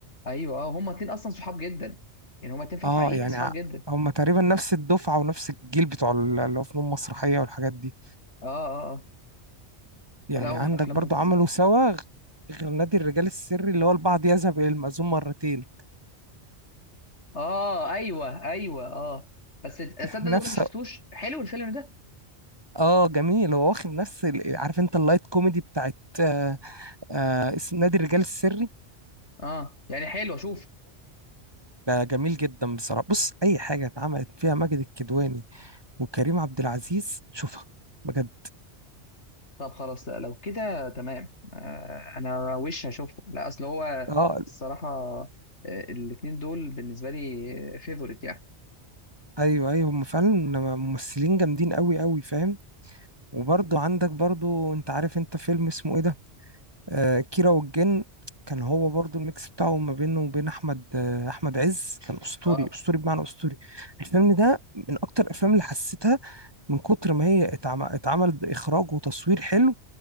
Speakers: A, on the left (about 80°); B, on the right (about 20°).
A: ايوه اه هما اتنين اصلا صحاب جدا يعني هما اتنين في
B: اه
A: الحقيقه
B: يعني
A: صحاب
B: ع-
A: جدا
B: هما تقريبا نفس الدفعه ونفس الجيل بتوع ال- اللي هو فنون مسرحيه والحاجات دي
A: اه اه اه
B: يعني
A: فلا هم
B: عندك
A: افلامهم
B: برضو
A: فظيعه
B: عملوا سوا غ- غير نادي الرجال السري اللي هو البعض يذهب الى المأذون مرتين
A: اه ايوه ايوه اه بس تصدق
B: <laughs> نفس
A: ده انا ما شفتوش حلو الفيلم ده
B: اه جميل هو واخد نفس ال- عارف انت اللايت كوميدي بتاعت آه آه اس- نادي الرجال السري
A: اه يعني حلو اشوف
B: ده جميل جدا بصراحة بص أي حاجة اتعملت فيها ماجد الكدواني وكريم عبد العزيز شوفها بجد
A: طب خلاص لا لو كده تمام آه انا وش هشوفه لا اصل هو
B: اه
A: الصراحه آه، الاتنين دول بالنسبه لي فيفورت يعني
B: ايوه ايوه هم فعلا ممثلين جامدين قوي قوي فاهم وبرضه عندك برضه انت عارف انت فيلم اسمه ايه ده آه كيرة والجن كان هو برضه الميكس بتاعه ما بينه وبين احمد آه احمد عز كان اسطوري
A: اه
B: اسطوري بمعنى اسطوري الفيلم ده من اكتر الافلام اللي حسيتها من كتر ما هي اتعم- اتعمل اخراج وتصوير حلو